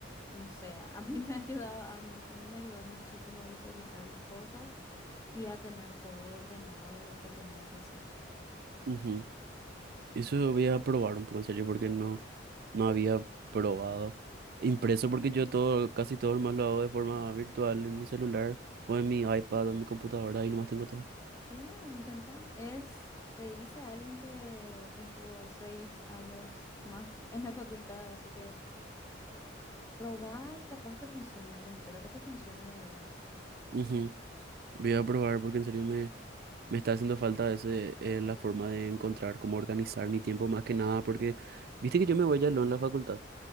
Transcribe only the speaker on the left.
no sé, a mí <laughs> me ha ayudado, a mí, a mí me ayudó muchísimo a visualizar las cosas y a tener todo ordenado lo que tenía que hacer.
Claro, intenta. Es, te dice alguien que estuvo seis años más en la facultad, así que probá y capaz te funciona y espero que te funcione de verdad.